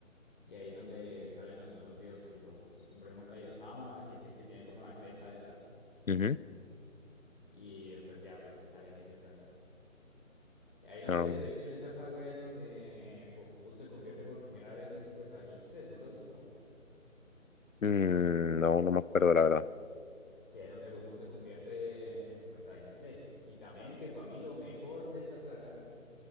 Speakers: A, on the left; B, on the left.
A: Y ahí es donde salen los nuevos dioses, los Supremo Kaiosama, que es el que tiene como la cresta esta.
B: Ujú.
A: Y eh, pues ya, pues sí salen ellos ahí. Y ahí donde,
B: No,
A: de hecho, en esa saga es donde Goku se convierte por primera vez en Super Saiyajin tres ¿no lo ha visto?
B: mm, no, no me acuerdo la verdad.
A: Sí, ahí es donde Goku se convierte en Super Saiyajin 3. Y también que para mí lo mejor de esa saga